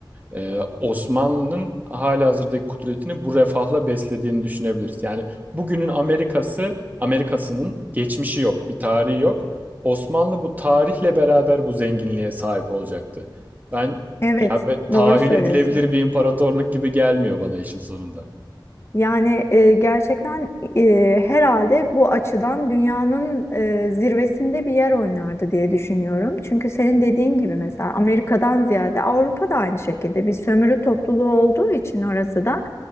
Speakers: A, on the right; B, on the left.
A: Ee, Osmanlı'nın halihazırdaki kudretini bu refahla beslediğini düşünebiliriz. Yani bugünün Amerikası, Amerikası'nın geçmişi yok, bir tarihi yok. Osmanlı bu tarihle beraber bu zenginliğe sahip olacaktı. Ben
B: Evet,
A: ya be- tahayyül
B: doğru söylüyorsun.
A: edilebilir bir imparatorluk gibi gelmiyor bana işin sonunda.
B: Yani e, gerçekten e, herhalde bu açıdan dünyanın e, zirvesinde bir yer oynardı diye düşünüyorum. Çünkü senin dediğin gibi mesela Amerika'dan ziyade Avrupa da aynı şekilde bir sömürü topluluğu olduğu için orası da